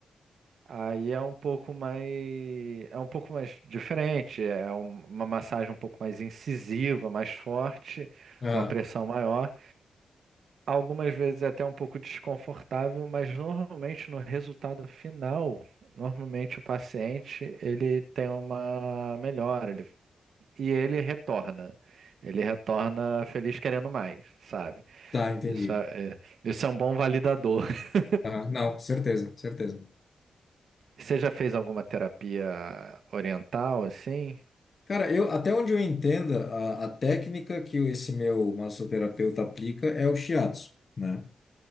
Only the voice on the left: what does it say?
Ah,
tá, entendi.
Ah, não, certeza, certeza.
Cara, eu até onde eu entenda, a, a técnica que esse meu massoterapeuta aplica é o shiatsu, né?